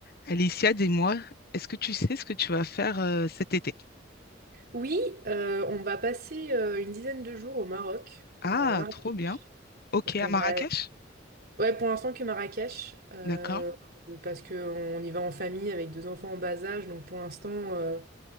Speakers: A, on the left; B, on the right.
A: Alicia, dis-moi, est-ce que tu sais ce que tu vas faire euh, cet été?
B: Oui, euh, on va passer euh, une dizaine de jours au Maroc,
A: Ah,
B: euh, à Marrakech.
A: trop bien. Ok,
B: Donc
A: à
B: on
A: Marrakech?
B: va, ouais, pour l'instant que Marrakech, euh,
A: D'accord.
B: parce qu'on y va en famille avec deux enfants en bas âge. Donc pour l'instant, euh,